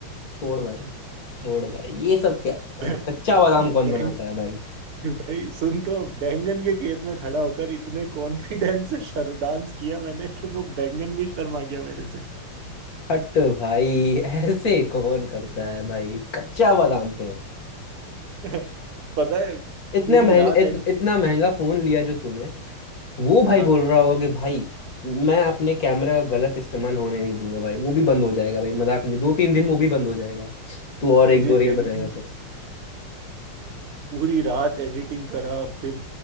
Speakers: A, on the left (about 45°); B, on the right (about 85°).
A: छोड़ भाई छोड़ भाई ये सब क्या है भाई
B: <laughs>
A: कच्चा बादाम
B: बैंग
A: कौन बनाता है भाई
B: भाई सुन तो बैंगन के खेत में खड़ा होकर इतने कॉन्फिडेंस से शर्म डांस किया मैंने कि वो बैंगन भी शर्मा गया मेरे से
A: हट भाई ऐसे कौन करता है भाई कच्चा बादाम पे
B: <laughs> पता है
A: इतना
B: पूरी
A: महंगा
B: रात
A: इत,
B: एडिट
A: इतना महंगा फोन लिया जो तूने वो भाई
B: हाँ
A: बोल रहा होगा कि भाई मैं अपने कैमरा का गलत इस्तेमाल होने नहीं दूंगा भाई वो भी बंद हो जाएगा भाई मजाक नहीं दो तीन दिन में वो भी बंद हो जाएगा तू और
B: मुझे
A: एक दो रील
B: जेन्युइन
A: बनाएगा तो
B: पूरी रात एडिटिंग करा फिर